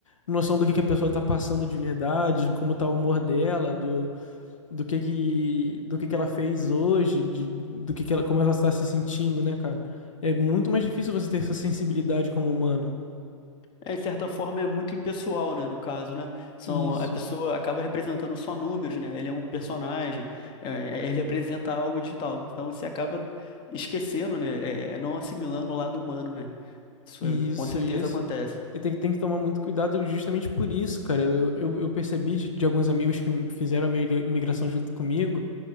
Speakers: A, on the left; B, on the left.
A: noção do que, que a pessoa tá passando de verdade, de como tá o humor dela, do, do que que, do que que ela fez hoje, de, do que que ela, como ela tá se sentindo, né, cara? É muito mais difícil você ter essa sensibilidade como humano.
B: É, de certa forma é muito impessoal, né, no caso, né? São,
A: Isso.
B: a pessoa acaba representando só números, né? Ele é um personagem, é, é, ele representa algo digital. Então você acaba esquecendo, né? é, é, não assimilando o lado humano, né? Isso
A: Isso,
B: é- com certeza
A: isso.
B: acontece.
A: E tem, que- tem que tomar muito cuidado justamente por isso, cara. Eu, eu, eu percebi de, de alguns amigos que fizeram a migra- migração junto comigo,